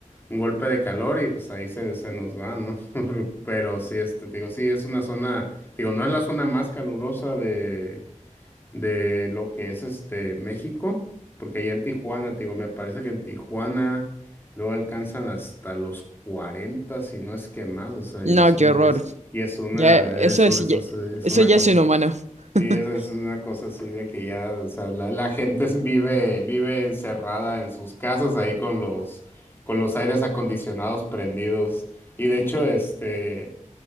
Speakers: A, on the left (about 15°); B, on the right (about 60°).
A: un golpe de calor y pues ahí se, se nos va, ¿no? <laughs> Pero sí, este, te digo, sí, es una zona, digo, no es la zona más calurosa de de lo que es este México, porque allá en Tijuana, te digo, me parece que en Tijuana luego alcanzan hasta los 40, si no es que más, o sea,
B: No,
A: y es un-
B: qué horror.
A: y es, y es una,
B: Ya, eso
A: es, un-
B: es,
A: es,
B: ya-
A: un- es
B: eso
A: una
B: ya
A: cosa,
B: es inhumano.
A: así. sí,
B: <laughs>
A: es, es una cosa así de que ya, o sea, la, la gente es- vive, vive encerrada en sus casas ahí con los, con los aires acondicionados prendidos, y de hecho, este